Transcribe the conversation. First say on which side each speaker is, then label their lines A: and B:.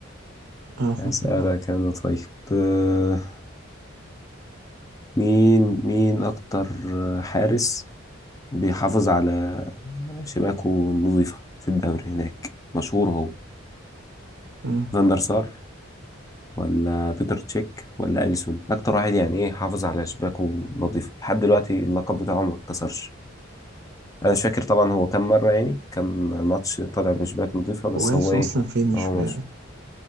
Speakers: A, on the right; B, on the left.
A: آه خمسة
B: هسألك
A: أربعة
B: أنا طيب آه، مين مين أكتر حارس بيحافظ على شباكه النظيفة في الدوري هناك مشهور هو
A: أمم.
B: فاندر سار ولا بيتر تشيك ولا أليسون أكتر واحد يعني إيه حافظ على شباكه نظيفة لحد دلوقتي اللقب بتاعه ما اتكسرش انا مش فاكر طبعا هو كم مره يعني كم ماتش طالع بنسبات نظيفه بس
A: هو أليسون
B: هو ايه
A: أصلا فين مش
B: هو
A: ب...
B: مش